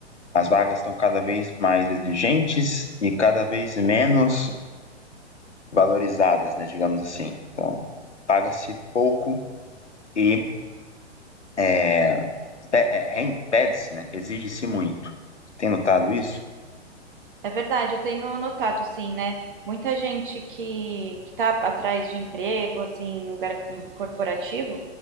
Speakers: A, on the left; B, on the right.
A: as vagas estão cada vez mais exigentes e cada vez menos valorizadas, né, digamos assim. Então, paga-se pouco e é, é, pede-se, né, exige-se muito. Você tem notado isso?
B: É verdade, eu tenho notado, sim, né? Muita gente que, que tá atrás de emprego, assim, em lugar corporativo,